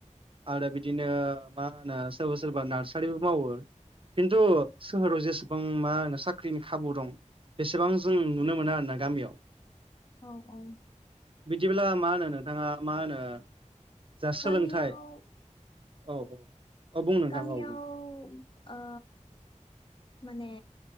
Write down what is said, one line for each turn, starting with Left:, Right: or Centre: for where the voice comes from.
Right: आरो बिदिनो मा होनो सोरबा सोरबा नार्सारिबो मावो खिन्थु सोहोराव जेसेबां मा होनो साख्रिनि खाबु दं बेसेबां जों नुनो मोनो आर ना गामियाव
Left: औ औ
Right: बिदिब्ला मा होनो नोंथाङा मा होनो जा सोलोंथाइ
Left: गामियाव
Right: औ औ बुं नोंथां
Left: गामियाव
Right: औ बुं
Left: ओ माने